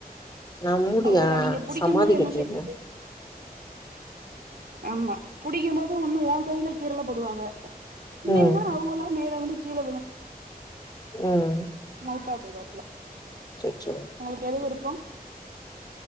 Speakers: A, on the left; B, on the right.
A: நா மூடியா
B: அவங்கள நீங்க புடிக்கும்
A: சமாதி
B: போது
A: கட்டிறே
B: என்ன செய்யுது ஆமா புடிக்கும் போது ஒன்னு ஓன் கையில கீறல போடுவாங்க இல்லைன்னா
A: ம்
B: அவுங்களா மேல இருந்து கீழ விழு
A: ம்
B: மௌத்தாப் போயிருவாப்புல
A: அச்சச்சோ
B: உங்களுக்கு எது விருப்போ